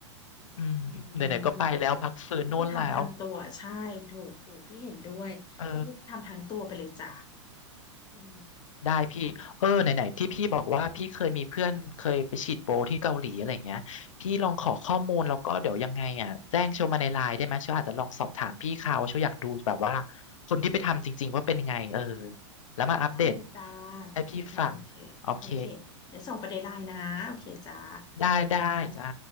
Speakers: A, on the left; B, on the left.
A: อืมไหนๆก็ไปแล้วพักฟื้นโน่นแล้ว
B: อืม ก็คือทำทางตัวใช่ถูกถูกพี่เห็นด้วย
A: เออ
B: ก็คือทำทางตัวไปเลยจ้ะอืม
A: ได้พี่เออไหนๆที่พี่บอกว่าพี่เคยมีเพื่อนเคยไปฉีดโบที่เกาหลีอะไรเงี้ยพี่ลองขอข้อมูลแล้วก็เดี๋ยวยังไงอ่ะแจ้งโชว์มาในไลน์ได้ไหมโชว์อาจจะลองสอบถามพี่เขาโชว์อยากดูแบบว่าคนที่ไปทำจริงๆว่าเป็นยังไงเออแล้วมาอัปเดต
B: ได้เลยจ้า
A: ให้พี่ฟังโอเค
B: โอเค โอเคเดี๋ยวส่งประเด็นไลน์นะโอเคจ้า
A: ได้ได้จ้า